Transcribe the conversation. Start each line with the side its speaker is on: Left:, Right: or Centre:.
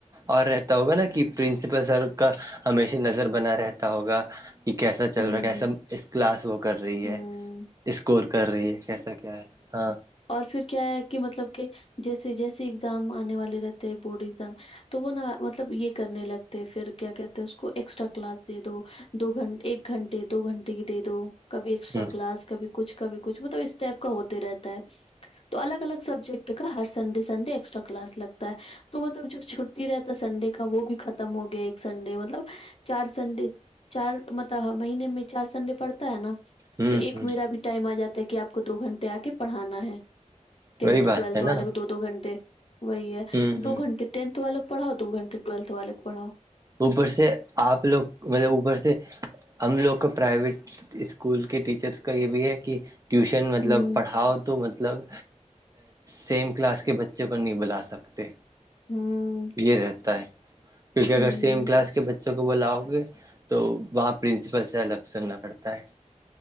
Right: اور رہتا ہوگا نا کہ پرنسپل سر کا ہمیشہ نظر بنا رہتا ہوگا کہ کیسا چل
Left: ہوں،
Right: رہا ہے کیسا اس کلاس وہ کر رہی
Left: ہوں،
Right: ہے اسکور کر رہی ہے کیسا کیا ہے ہاں
Left: اور پھر کیا ہے کہ مطلب کہ جیسے جیسے ایگزام آنے والے رہتے ہیں بورڈ ایگزام تو وہ نا مطلب یہ کرنے لگتے پھر کیا کہتے اس کو ایکسٹرا کلاس دے دو دو گھنٹے ایک گھنٹے دو گھنٹے کی دے دو کبھی ایکسٹرا
Right: ہ
Left: کلاس کبھی کچھ کبھی کچھ مطلب اس ٹائپ کا ہوتے رہتا ہے تو الگ الگ سبجیکٹ کا ہر سنڈے سنڈے ایکسٹرا کلاس لگتا ہے تو مطلب جو چھٹی رہتا سنڈے کا وہ بھی ختم ہو گیا ایک سنڈے مطلب چار سنڈے چار مطلب مہینے میں چار سنڈے پڑتا ہے نا
Right: ہ
Left: تو ایک
Right: ہ
Left: میرا بھی ٹائم آ جاتا ہے کہ آپ کو دو گھنٹے آ کے پڑھانا ہے ٹینتھ
Right: وہی بات
Left: ٹویلتھ
Right: ہے نا
Left: والے کو دو دو گھنٹے وہی ہے
Right: ہ
Left: دو گھنٹے ٹینتھ والک پڑھاؤ دو گھنٹے ٹویلتھ والےک پڑھاؤ
Right: اوپر سے آپ لوگ مطلب اوپر سے ہم لوگ کا پرائیویٹ اسکول کے ٹیچرس کا یہ بھی ہے کہ ٹیوشن مطلب
Left: ہوں،
Right: پڑھاؤ تو مطلب سیم کلاس کے بچوں کو نہیں بلا سکتے
Left: ہوں
Right: یہ رہتا ہے کیونکہ اگر
Left: ہوں،
Right: سیم کلاس کے بچے بچوں کو بلاؤ گے تو وہاں پرنسپل سے الگ سننا پڑتا ہے